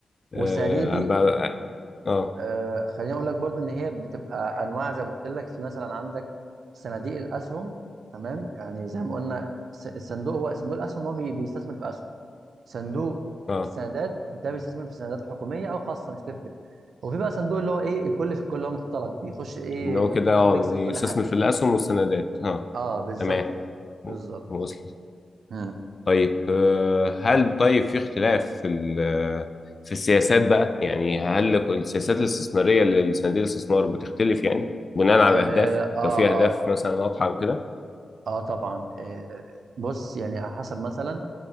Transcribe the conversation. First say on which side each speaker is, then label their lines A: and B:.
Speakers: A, on the right; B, on the left.
A: والصناديق
B: آه
A: دي
B: أبقى- آه آه
A: آه خليني أقول لك برضو إن هي بتبقى أنواع زي ما قلت لك في مثلا عندك صناديق الأسهم تمام يعني زي ما قلنا الس- الصندوق هو صندوق الأسهم هو بي- بيستثمر في أسهم صندوق
B: آه.
A: السندات ده بيستثمر في سندات حكوميه او خاصه مش تفرق وفي بقى صندوق اللي هو ايه الكل في الكل اللي هو مختلط بيخش ايه
B: اللي هو
A: ياخد
B: كده
A: لك
B: آه
A: ميكس من
B: يستثمر
A: كل حاجه
B: في الأسهم والسندات آه
A: اه بالظبط
B: تمام
A: كده بالظبط
B: وصل
A: مم.
B: طيب آه، هل طيب في اختلاف في ال- في السياسات بقى يعني هل السياسات الاستثمارية اللي صناديق الاستثمار بتختلف يعني بناء على
A: اه
B: الأهداف
A: اه
B: لو في أهداف
A: اه,
B: مثلا واضحة وكده
A: آه طبعا آه بص يعني على حسب مثلا